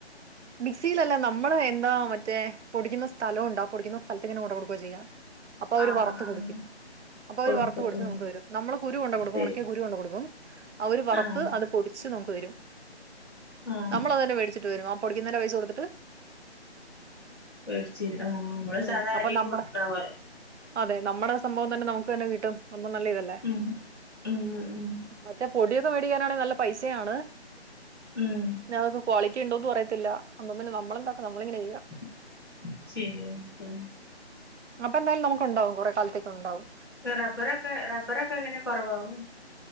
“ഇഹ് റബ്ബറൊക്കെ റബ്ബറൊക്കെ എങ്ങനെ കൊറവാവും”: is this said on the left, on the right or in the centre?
Left